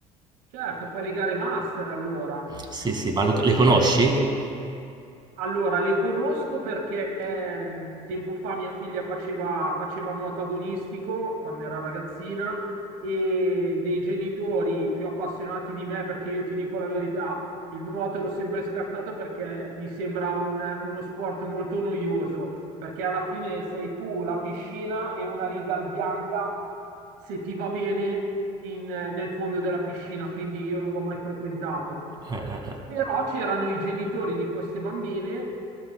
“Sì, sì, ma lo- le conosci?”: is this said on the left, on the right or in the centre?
Right